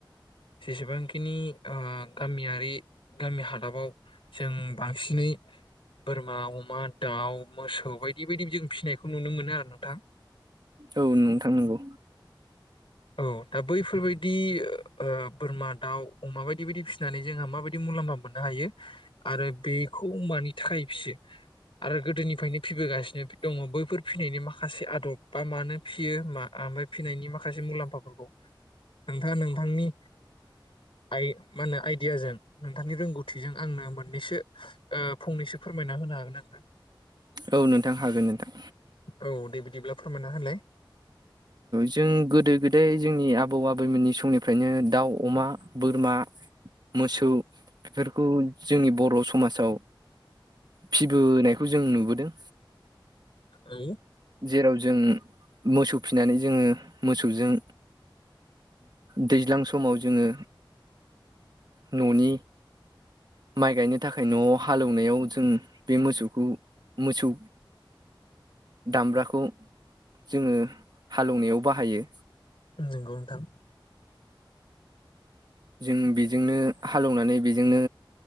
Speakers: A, on the left (about 85°); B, on the right (about 55°).
A: जेसेबांखिनि ओ गामियारि गामि हादाबाव जों बांसिनै बोरमा, अमा, दाउ मोसौ बायदि बायदि जों फिसिनायखौ नुनो मोनो आरो नोंथां।
B: औ नोंथां नंगौ
A: औ दा बैफोरबायदि बोरमा दाउ अमा बायदि बायदि फिसिनानै जोंहा माबायदि मुलाम्फा मोननो हायो, आरो बेखौ अमानि थाखाय फिसियो? आरो गोदोनिफ्रायनो फिबोगासिनो दङ बैफोर फिनायनि माखासे आदब बा मानो फियोा ओमफ्राय फिनायनि माखा माखासे मुलाम्फाफोरखौ नोंथाङा नोंथांनि आइ मा होनो आइडियाजों नोंथांनि रोंगौथिजों आंनो मोननैसो फंनैसो फोरमायना होनो हागोन नोंथां।
B: औ नोंथां हागोन नोंथां।
A: औ दे बिदिब्ला फोरमाया होनलाय।
B: जों गोदो गोदाय जोंनि आबौ आबैमोननि समनिफ्रायनो दाउ, अमा, बोरमा मोसौ बेफोर बे खौ जोंनि बर' समाजाव फिबोनायखौ जों नुबोदों।
A: औ
B: जेराव जों मोसौ फिनानै जोङो मोसौजों दैज्लां समाव जोङो न'नि माइ गायनो थाखाय, न'आव हालेवनायाव जों बे मोसौखौ मोसौ दामब्राखौ जोङो। हालेवनायाव बाहायो
A: नंगौ नोंथां।
B: जों बेजोंनो हालेवनानै बेजोंनो